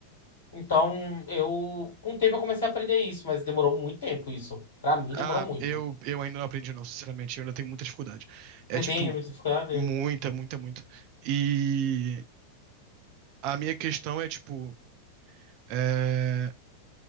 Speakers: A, on the left (about 60°); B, on the right (about 45°).
A: Então, eu, com o tempo eu comecei a aprender isso, mas demorou muito tempo isso. Pra mim,
B: Ah,
A: demorou muito.
B: eu, eu ainda não aprendi, não, sinceramente. Eu ainda tenho muita dificuldade. É
A: Você
B: tipo,
A: tem muita dificuldade?
B: muita, muita, muita. E a minha questão é, tipo, é,